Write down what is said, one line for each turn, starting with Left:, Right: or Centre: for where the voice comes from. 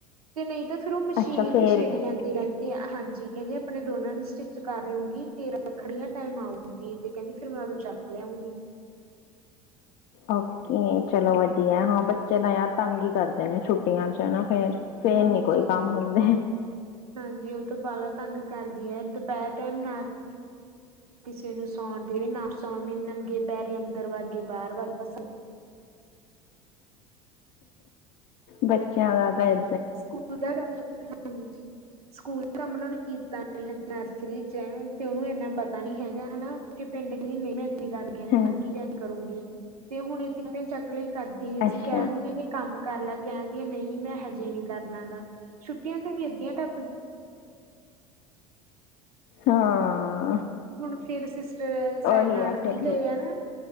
Right: ਤੇ ਨਹੀਂ ਤਾਂ ਫੇਿਰ ਉਹ ਮਸ਼ੀਨ
Left: ਅੱਛਾ ਫੇਰ
Right: ਹੀ ਛਿੜੀ
Left: ਕਹਿਣਾ।
Right: ਜਾਂਦੀ ਰਹਿੰਦੀ ਹੈ, ਹਾਂਜੀ ਕਹਿੰਦੇ ਆਪਣੇ ਦੋਨਾਂ ਸੁ ਚਿਤ ਕਰ ਲੂੰਗੀ ਤੇਰਾ ਖੜੀਆਂ ਟਾਈਮ ਆਊਗੀ, ਤੇ ਕਹਿੰਦੀ ਫੇਰ ਮੈਂ ਉਦੋਂ ਚੱਕ ਲਿਆਉਂਗੀ।
Left: ਓਕੇ ਚਲੋ ਵਧੀਆ ਹਾਂ ਬੱਚੇ ਦਾ ਯ ਤੰਗ ਹੀ ਕਰਦੇ ਨੇ ਛੁੱਟੀ ਟੀਆਂ ਚ ਨਾ ਫੇਰ-ਫੇਰ
Right: ਹਾਂਜੀ
Left: ਨੀ ਕੋਈ ਕੰਮ ਹੁੰਦੇ।
Right: ਹਾਂਜੀ, ਉਹ ਤੋਂ ਬਾਰਾ ਤੰਗ ਕਰਦੀ ਹੈ। ਦੁਪਹਿਰ ਟਾਈਮ ਨਾ। ਕਿਸੇ ਨੂੰ ਸੌਣ ਦੇਵੇ ਨਾ, ਸੌਣ ਮੈਨ ਨੰਗੇ ਪੈਰੇ ਅੰਦਰ ਵੱਗ ਗਈ, ਬਾਹਰ ਵਗਦਾ।
Left: ਬੱਚਾ ਵਾ ਭਾਈ।
Right: ਸਕੂਲ ਦਾ ਕੰਮ ਹਾਂ। ਸਕੂਲ ਕੰਮ ਉਹਨਾਂ ਨੇ ਕੀਤਾ ਨ ਹਜੇ, ਨਰਸਰੀ ਚ, ਹੈ ਤੇ ਉਹਨੂੰ ਇੰਨਾ ਪਤਾ ਨੀ ਹੈਗਾ ਹਨਾ। ਉੱਥੇ ਪਿੰਡ ਕਹਿੰਦੀ ਨਹੀਂ ਮੈਂ ਇਸ ਕਹਿੰਦੀ
Left: ਹਾਂ
Right: ਨਾ ਕੀ ਜਾਇਦ ਕਰੂੰਗੀ ਤੇ ਹੁਣ ਇੱਥੇ ਕਿ ਚੱਕ ਲ। ਕਰਦੀ ਅਸੀਂ
Left: ਅੱਛਾ
Right: ਕਹਿ ਦਿੰਦੇ ਵੀ ਕੰਮ ਕਰ ਲੈ। ਕਹਿੰਦੀ ਹ ਨਹੀਂ, ਮੈਂ ਹਜੇ ਨੀ। ਕਰਨਾ ਦਾ, ਛੁੱਟੀਆਂ ਤਾਂ ਵੀ ਅੱਧੀਆਂ ਟ।
Left: ਹਾਂ ਆ।
Right: ਹੁਣ ਫੇਰ ਸਿਸਟਰ ਸਾਡੇ
Left: ਉਹੀ
Right: ਨਾਨਕੀ
Left: ਫਿਰ
Right: ਗਏ ਆ ਨਾ,